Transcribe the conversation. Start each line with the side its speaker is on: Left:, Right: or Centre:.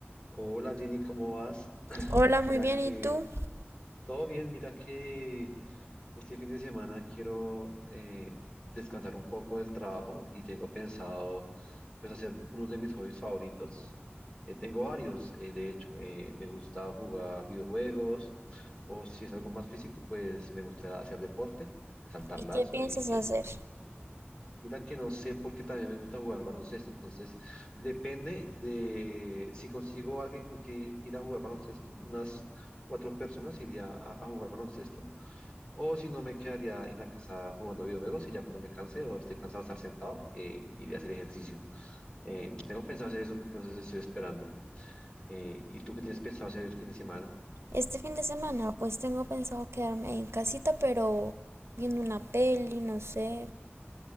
Left: Hola Jenny, ¿cómo vas? <clears throat>
Right: Hola, muy
Left: Mira
Right: bien,
Left: que
Right: ¿y tú?
Left: todo bien, mira que este fin de semana quiero eh, descansar un poco del trabajo y tengo pensado pues hacer uno de mis hobbies favoritos. Eh, tengo varios, eh, de hecho, eh, me gusta jugar videojuegos o si es algo más físico, pues me gusta hacer deporte, saltar
Right: ¿Y
Left: lazo
Right: qué piensas
Left: y, y
Right: hacer?
Left: ese. Mira que no sé porque también me gusta jugar baloncesto, entonces depende de si consigo alguien con quien ir a jugar baloncesto, unas cuatro personas iría a, a jugar baloncesto, o si no me quedaría en la casa jugando videojuegos y ya cuando me canse o esté cansado de estar sentado, eh, iría a hacer ejercicio. Eh, tengo pensado hacer eso, entonces estoy esperando. Eh, ¿y tú qué tienes pensado hacer el fin de semana?
Right: Este fin de semana, pues tengo pensado quedarme en casita, pero viendo una peli, no sé.